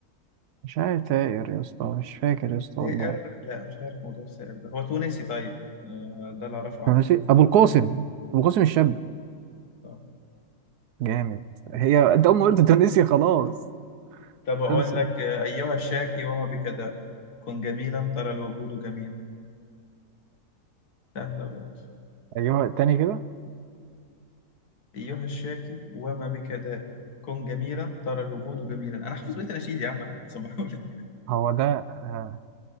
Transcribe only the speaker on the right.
شاعر ثائر يا اسطى مش فاكر يا اسطى والله
ماشي
ابو القاسم ابو القاسم الشاب
جامد هي انت اول ما قلت تونسي خلاص
خلصت
ايوه تاني كده
هو ده آه،